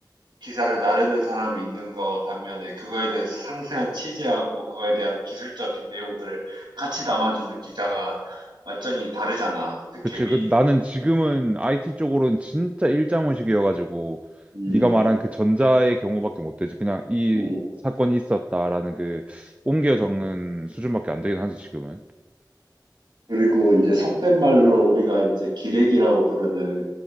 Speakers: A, on the right; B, on the right.
A: 기사를 나르는 사람이 있는 거 반면에 그거에 대해서 상세한 취재하고 그거에 대한 기술적인 내용들을 같이 담아주는 기자가 완전히 다르잖아, 그
B: 그치.
A: 갭이.
B: 그 나는 지금은 IT 쪽으로는 진짜 일자무식이어가지고
A: 음,
B: 네가 말한 그 전자의 경우밖에 못 되지. 그냥 이
A: 음,
B: 사건이 있었다라는 그 옮겨
A: 음.
B: 적는 수준밖에 안 되긴 하지 지금은.
A: 그리고 이제 속된 말로 우리가 이제 기레기라고 부르는